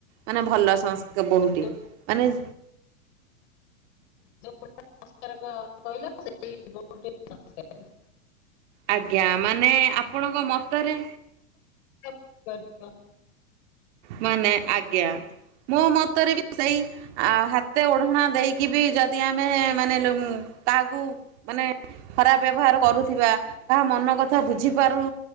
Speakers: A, on the right (about 55°); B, on the left (about 55°).
A: ମାନେ ଭଲ ସଂସ୍କରୀ ବହୁଟ,
B: ଯୋଉ
A: ମାନେ
B: <unintelligible> <unintelligible> କହିଲ ସେହି ବୋହୂଟି ସଂସ୍କାରୀ।
A: ଆଜ୍ଞା। ମାନେ ଆପଣଙ୍କ ମତରେ
B: <unintelligible>
A: ମାନେ ଆଜ୍ଞା। ମୋ ମତରେ ବି ସେଇ ଆ ହାତେ ଓଢ଼ଣା ଦେଇକି ବି ଯଦି ଆମେ ମାନେ କାହାକୁ ମାନେ ଖରାପ ବ୍ୟବହାର କରୁଥିବା, କାହା ମନ କଥା ବୁଝିପାରୁ